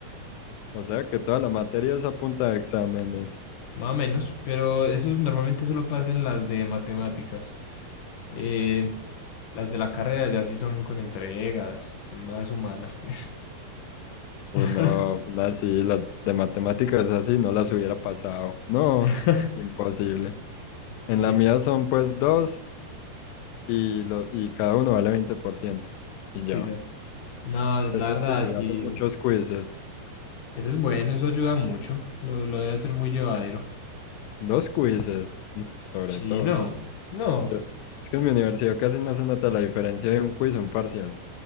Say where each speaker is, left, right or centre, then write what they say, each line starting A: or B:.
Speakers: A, on the left (about 85°); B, on the left (about 65°).
A: O sea que toda la materia es a punta de exámenes.
B: más o menos, pero eso normalmente solo pasa en las de matemáticas. Eh, las de la carrera ya sí son con entregas, son más humanas, pues.
A: Pues
B: <laughs>
A: no, así, las de matemáticas así no las hubiera pasado. No,
B: <laughs>
A: imposible. En
B: Sí,
A: la mía son pues dos y, lo, y cada uno vale veinte por ciento Y
B: quizás.
A: ya.
B: No, la
A: Eso
B: verdad,
A: sí, hacen
B: sí,
A: muchos quizzes.
B: eso es bueno, eso ayuda mucho. Lo, lo debe hacer muy llevadero.
A: Dos quizzes, mm, sobre
B: Sí,
A: todo.
B: no, no.
A: Yo- es que en mi universidad casi no se nota la diferencia de un quiz a un parcial.